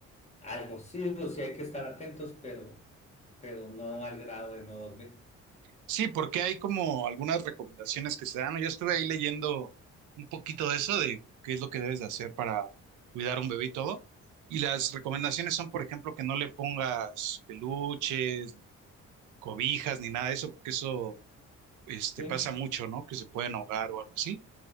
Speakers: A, on the left (about 20°); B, on the right (about 80°).
A: algo. Sí, o sí hay que estar atentos, pero, pero no al grado de no dormir.
B: Sí, porque hay como algunas recomendaciones que se dan. ¿no? Yo estuve ahí leyendo un poquito de eso, de qué es lo que debes de hacer para cuidar un bebé y todo. Y las recomendaciones son, por ejemplo, que no le pongas peluches, cobijas ni nada de eso, porque eso este,
A: ¿sí?
B: pasa mucho, ¿no? Que se pueden ahogar o algo así.